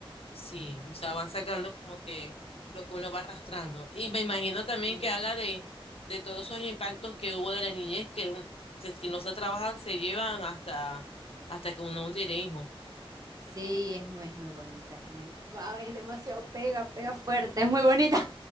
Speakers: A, on the left (about 75°); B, on the right (about 40°).
A: Sí, o sea, van sacando como que lo que uno va arrastrando. Y me imagino también
B: Sí,
A: que habla de, de todos esos impactos que hubo de la niñez que, mm, que si no se trabajan se llevan hasta, hasta que uno tiene hijos.
B: sí, es muy, es muy bonita, es muy, wow, es demasiado pega, pega fuerte, es muy bonita.